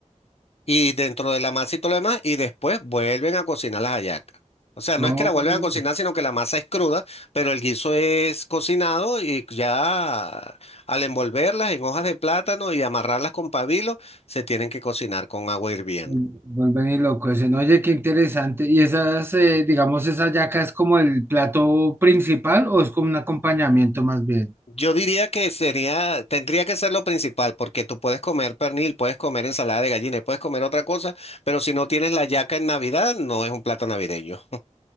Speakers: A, on the left; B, on the right.
A: y dentro de la masa y todo lo demás, y después vuelven a cocinar las hallacas. O sea, no
B: Oh,
A: es que la vuelven a cocinar, sino que la masa es cruda, pero el guiso es cocinado y ya al envolverlas en hojas de plátano y amarrarlas con pabilo, se tienen que cocinar con agua hirviendo.
B: vuelven y loco ese. No, Oye, qué interesante. ¿Y esas, eh, digamos, esa yaca es como el plato principal o es como un acompañamiento más bien?
A: Yo diría que sería, tendría que ser lo principal, porque tú puedes comer pernil, puedes comer ensalada de gallina, y puedes comer otra cosa, pero si no tienes la hallaca en Navidad, no es un plato navideño.